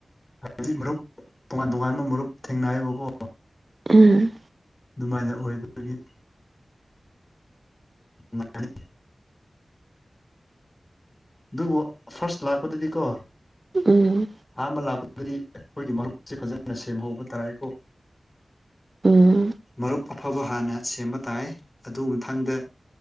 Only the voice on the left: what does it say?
ꯍꯥꯏꯗꯤ ꯃꯔꯨꯞ ꯇꯣꯉꯥꯟ ꯇꯣꯉꯥꯟꯕ ꯃꯔꯨꯞ ꯊꯦꯡꯅꯌꯦꯕꯀꯣ
ꯑꯗꯨꯃꯥꯏꯅ ꯑꯣꯏꯕꯒꯤ ꯅꯨꯡꯉꯥꯏꯅꯤ ꯑꯗꯨꯕꯨ ꯐꯥꯔꯁ ꯂꯥꯛꯄꯗꯨꯗꯤꯀꯣ
ꯑꯥꯟꯕ ꯂꯥꯛꯄ ꯗꯤ ꯑꯩꯈꯣꯏꯒꯤ ꯃꯔꯨꯞꯁꯦ ꯐꯖꯅ ꯁꯦꯝꯍꯧꯕ ꯇꯥꯏꯀꯣ
ꯃꯔꯨꯞ ꯑꯐꯕ ꯍꯥꯟꯅ ꯁꯦꯝꯕ ꯇꯥꯏ ꯑꯗꯨ ꯃꯊꯪꯗ